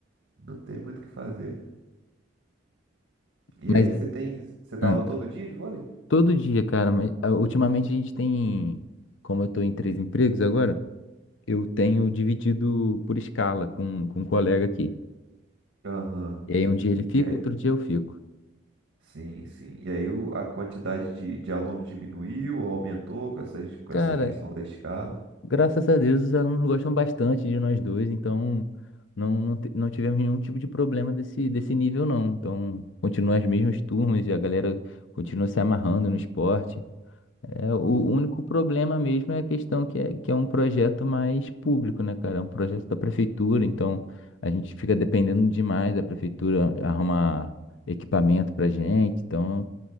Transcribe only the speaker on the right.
Não tem muito o que fazer. E
aí você tem, você dá
aula todo dia de vôlei?
Aham.
E aí,
sim, sim. E aí o- a quantidade de, de alunos diminuiu ou aumentou com essas, com
essa questão da escala?